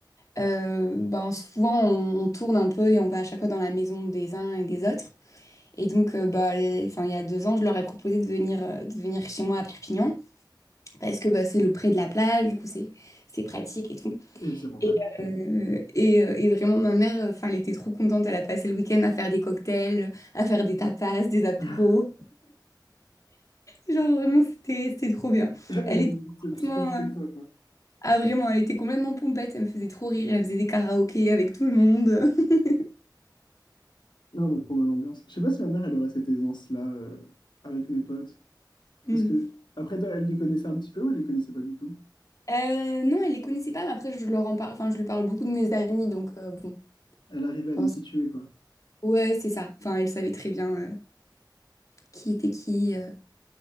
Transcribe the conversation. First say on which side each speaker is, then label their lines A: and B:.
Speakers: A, on the left (about 45°); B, on the left (about 85°).
A: Euh, ben, souvent, on, on tourne un peu et on va à chaque fois dans la maison des uns et des autres. Et donc, euh, bah, les- enfin, il y a deux ans, je leur ai proposé de venir, euh, de venir chez moi à Perpignan. parce que bah, c'est le près de la plage, du coup c'est c'est pratique et tout.
B: et des avantages.
A: Et, euh, et, euh, et vraiment ma mère, euh, enfin, elle était trop contente, elle a passé le week-end à faire des cocktails, à faire des tapas, des apéros.
B: <laughs>
A: Genre vraiment c'était c'était trop bien.
B: <laughs> Elle
A: Elle
B: aime-
A: était complètement,
B: elle a plus profiter
A: euh,
B: que toi, quoi.
A: ah vraiment, elle était complètement pompette, elle me faisait trop rire, elle faisait des karaokés avec tout le monde. <laughs>
B: Non, mais trop bonne ambiance. Je sais pas si ma mère, elle aurait cette aisance-là euh, avec mes potes.
A: Mhm.
B: Parce que, après, toi, elle les connaissait un petit peu ou elle les connaissait pas du tout?
A: Euh, non, elle les connaissait pas, mais après je leur en parle, enfin je lui parle beaucoup de mes amis, donc euh, bon,
B: Elle arrivait
A: je
B: à
A: pense.
B: les situer, quoi.
A: Ouais, c'est ça. Enfin, elle savait très bien euh, qui était qui. euh,